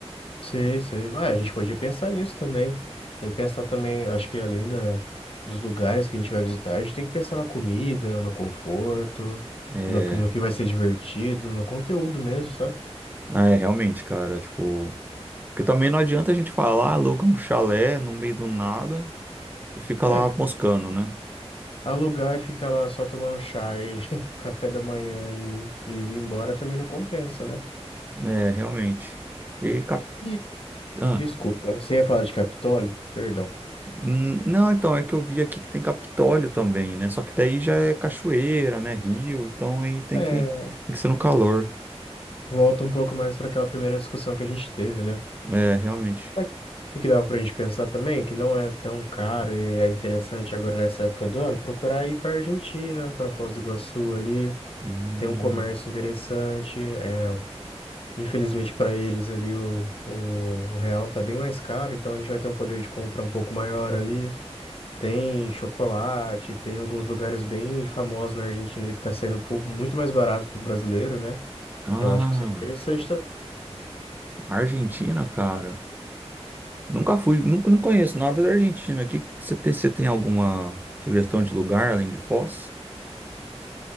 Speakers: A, on the left; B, on the right.
A: Sei, sei. Ah, a gente podia pensar nisso também. Tem que pensar também, acho que além da, dos lugares que a gente vai visitar, a gente tem que pensar na comida, no conforto,
B: É,
A: no, que- no que vai ser divertido, no conteúdo mesmo, sabe?
B: ah, é, realmente, cara, tipo, porque também não adianta a gente falar, aluga um chalé no meio do nada e fica
A: É.
B: lá moscando, né?
A: Alugar e ficar lá só tomando chá e <laughs> café da manhã e, e vir embora também não compensa, né?
B: É, realmente. E
A: E,
B: cap...
A: desculpa, você ia falar de Capitólio? Perdão.
B: Hum, Não, então, é que eu vi aqui que tem Capitólio também, né? Só que daí já é cachoeira, né? Rio, então aí tem
A: É,
B: que, tem que ser no calor.
A: volta um pouco mais para aquela primeira discussão que a gente teve, né?
B: É, realmente.
A: Mas O que que dava pra gente pensar também, que não é tão caro e é interessante agora nessa época do ano, procurar ir pra Argentina, pra Foz do Iguaçu ali.
B: Hum.
A: Tem um comércio interessante, é, Infelizmente para eles ali o, o, o real tá bem mais caro, então a gente vai ter um poder de compra um pouco maior ali. Tem chocolate, tem alguns lugares bem famosos na Argentina ali que tá saindo um pouco muito mais barato pro brasileiro, né?
B: Ah,
A: Eu acho que seria interessante. tam-
B: Argentina, cara. Nunca fui, nunca, não conheço nada da Argentina. Aqui, você tem, você tem alguma sugestão de lugar além de Foz?